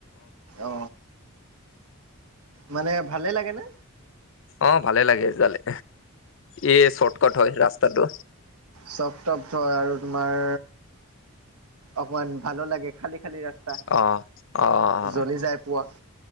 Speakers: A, on the right (about 80°); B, on the left (about 55°).
A: অ মানে ভালে লাগে নে
B: অ ভালে লাগে জালে, ই চৰ্ট কট হয় ৰাস্তাটো।
A: চফ-টব থ হয় আৰু তোমাৰ অকমান ভালো লাগে, খালি-খালি ৰাস্ত তাৰ,
B: অ', অ', অ',
A: জলি যাই পোৱা,